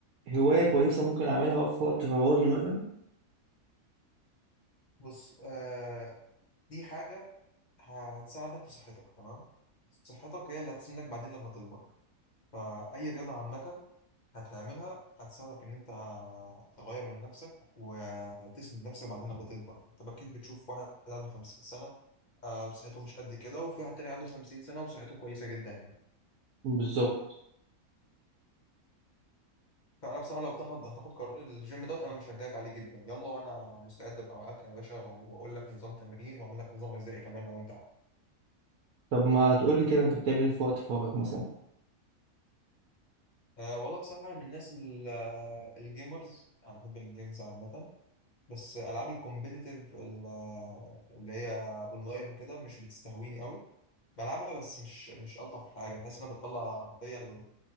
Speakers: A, on the right (about 75°); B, on the left (about 45°).
A: هوايه كويسه ممكن اعملها في وقت فراغي مثلا
B: بص آه دي حاجه هتساعدك في صحتك تمام صحتك هي اللي هتسندك بعدين لما تكبر فأي رياضة عامة هتعملها هتساعدك ان انت تغير من نفسك وتسند نفسك بعدين لما تكبر انت اكيد بتشوف واحد عنده 50 سنه آه، صحته مش قد كده وفي واحد تاني عنده 50 سنه وصحته كويسه جدا يعني
A: بالظبط
B: فانا بصراحه لو بتاخد هتاخد قرار الجيم دوت انا مشجعك عليه جدا يلا وانا مستعد ابقى معاك يا باشا واقول لك نظام تمرين واعمل لك نظام غذائي كمان لو انت عايز
A: طب ما تقول لي كده انت بتعمل ايه في وقت فراغك مثلا
B: أه والله بصراحه انا من الناس ال- آه، الجيمرز انا بحب الجيمز عامه بس العاب الكومبيتيتيف اللي هي اونلاين وكده مش بتستهويني قوي بلعبها بس مش مش الطف حاجه بحس انها بتطلع فيا ال-